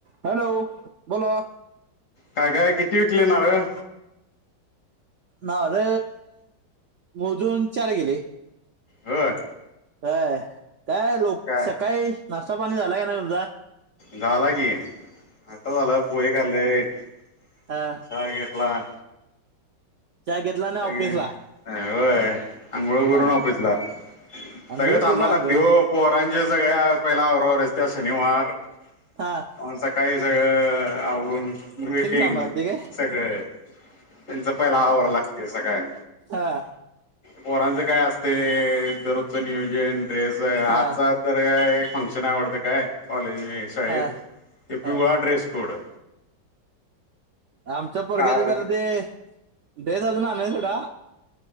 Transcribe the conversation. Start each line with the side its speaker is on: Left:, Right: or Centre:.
Right: Hello बोला.
Left: काय काय किती विकले नारळ?
Right: नारळ मोजून चार गेले
Left: होय.
Right: अ काय लोक
Left: काय
Right: सकाळी. नाश्ता पाणी झाला का नाही तुमचा?
Left: झाला की आता झाला पोहे खाल्ले चहा
Right: हा
Left: घेतला.
Right: चहा घेतला. नाही
Left: अं
Right: ऑफिसला
Left: होयं अंघोळ
Right: हा
Left: करूंन ऑफिसलां
Right: आंघोळ
Left: सगळं थांबाय
Right: करू
Left: लागतंय
Right: आंघोळ
Left: ओ पोरांच्या सगळ्यां पहिल्या अवरांवर असत्यां शनिवार
Right: हां
Left: मंग सकाळीं सगळं आवरूंन वेटिंग
Right: थांबावं लागते काय
Left: सगळं त्यांचा पहिला आवरायचं लागते सकाळीं
Right: हां
Left: पोरांच कायं असते दरोजचं नियोजन ड्रेस आजंचा
Right: हा
Left: तरं कायं फंक्शन आवडतं कायं कॉलेज नाहीं शाळेंत
Right: हा
Left: ते
Right: हा
Left: पिवळां ड्रेस कोडं
Right: आमच्या पोरग्यांच
Left: काल
Right: आंता बी ते ड्रेस अजूंन आलंय सोंडा